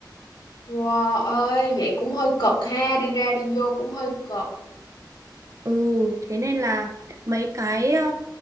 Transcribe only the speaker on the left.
Wow ơi, vậy cũng hơi cực ha, đi ra đi vô cũng hơi cực.